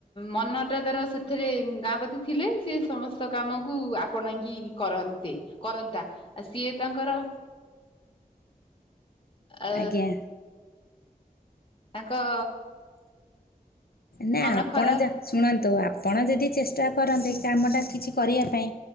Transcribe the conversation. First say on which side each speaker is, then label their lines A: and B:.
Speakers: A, on the left; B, on the left.
A: ମନଟା ତାର ସେଥିରେ ସେ ଗାଁ ପ୍ରତି ଥିଲେ ସେ ସମସ୍ତ କାମକୁ ଆପଣ କିି କରନ୍ତେ କରନ୍ତା। ସିଏ ତାଙ୍କର ଆ
B: ଆଜ୍ଞା
A: ତାଙ୍କ
B: ନା
A: ମନ
B: ଆପଣ
A: ଖରାପ
B: ଯା ଶୁଣନ୍ତୁ ଆ ପଣ ଯଦି ଚେଷ୍ଟା କରନ୍ତେ କାମଟା କିଛି କରିବା ପାଇଁ